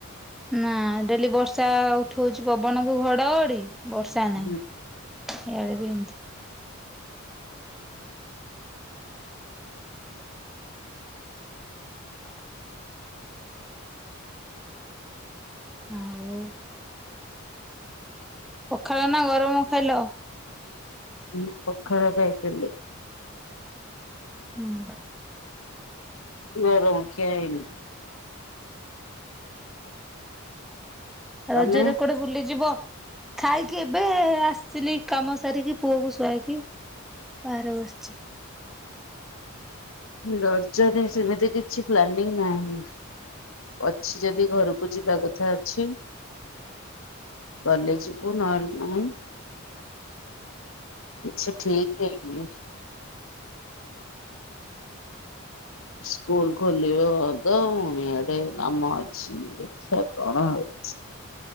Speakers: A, in the centre; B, on the left.
A: ହଁ ଡେଲି ବର୍ଷା ଉଠଉଛି ପବନ କୁ ଘଡଘଡି ବର୍ଷା ନାହିଁ।
B: ହୁଁ।
A: ଏଇଆଡ଼େ ବି ଏମିତି। ଆଉ ପଖାଳ ନା ଗରମ ଖାଇଲ?
B: ମୁଁପଖାଳ ଖାଇଥିଲି।
A: ହୁଁ।
B: ବର ମୁଖିଆ ଯାଇନି। ତମେ?
A: ରଜରେ କୁଆଡେ ବୁଲିଯିବ? ଖାଇକି ଏବେ ଆସିଥିଲି କାମ ସାରିକି ପୁଅକୁ ଶୁଆଇକି ବାହାରେ ବସିଛି।
B: ରଜଦ ସେମିତି କିଛି ପ୍ଲାନିଂ ନାହିଁ। ଅଛି ଯଦି ଘରକୁ ଯିବା କଥା ଅଛି। ଗଲେ ଯିବୁ ନହେଲେ ନାଇଁ। ଆଛା ଠିକ୍ ହେଇନି। ସ୍କୁଲ ଖୋଲିିବ ଅଦ ମୋଏଆଡେ କାମ ଅଛି। ଦେଖିଆ କଣ ହେଉଛି।